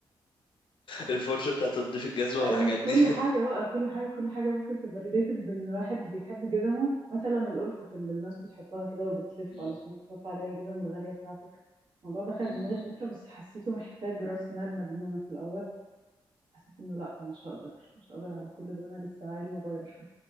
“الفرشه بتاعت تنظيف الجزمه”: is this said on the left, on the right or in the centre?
Left